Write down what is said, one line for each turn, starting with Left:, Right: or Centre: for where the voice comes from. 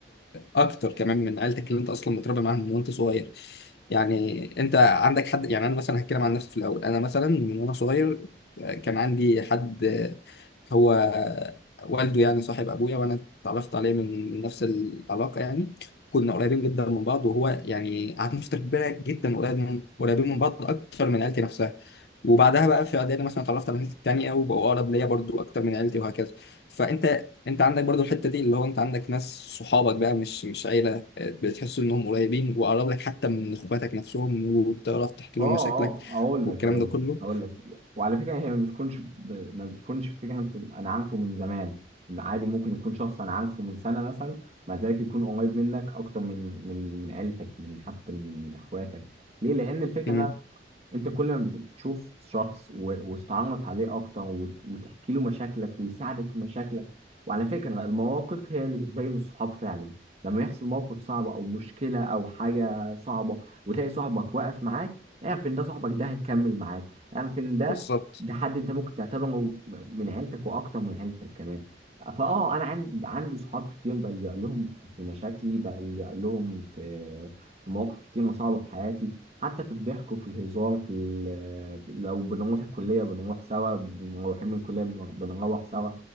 Left: اكتر كمان من عيلتك اللي انت اصلا متربي معاهم من وانت صغير يعني انت عندك حد يعني انا مثلا هتكلم عن نفسي في الاول انا مثلا من وانا صغير آه، كان عندي حد هو والده يعني صاحب ابويا وانا اتعرفت عليه من نفس العلاقه يعني كنا قريبين جدا من بعض وهو يعني قعدنا فترة كبيرة جدا قريب من قريبين من بعض أكتر من عيلتي نفسها وبعدها بقى في إعدادي مثلا اتعرفت على ناس تانية وبقوا أقرب ليا برضو أكتر من عيلتي وهكذا فأنت أنت عندك برضو الحتة دي اللي هو أنت عندك ناس صحابك بقى مش مش عيلة بتحس إنهم قريبين وأقرب لك حتى من إخواتك نفسهم وبتعرف تحكي
Right: اه
Left: لهم مشاكلك
Right: اه اقول
Left: والكلام
Right: لك هقول
Left: ده كله
Right: لك هقول لك وعلى فكره هي ما بتكونش ب... ما بتكونش فكره انت- انا عارفه من زمان عادي ممكن يكون شخص انا عارفه من سنه مثلا مع ذلك يكون قريب منك اكتر من من من عيلتك من حتى من اخواتك ليه لان الفكره
Left: مم.
Right: انت كل ما بتشوف شخص و- وتتعرف عليه اكتر وت- وتحكي له مشاكلك ويساعدك في مشاكلك وعلى فكرة المواقف هي اللي بتبين الصحاب فعلا لما يحصل موقف صعب او مشكلة او حاجة صعبة وتلاقي صاحبك واقف معاك اعرف ان ده صاحبك ده هيكمل معاك اعرف ان ده
Left: بالظبط
Right: ده حد انت ممكن تعتبره من عيلتك واكتر من عيلتك كمان فاه انا عندي عندي صحاب كتير بلجأ لهم في في مشاكلي بلجأ لهم في في مواقف كتير صعبة في حياتي حتى في الضحك وفي الهزار في ال- لو بنروح الكلية بنروح سوا بنروحين من الكلية بن- بنروح سوا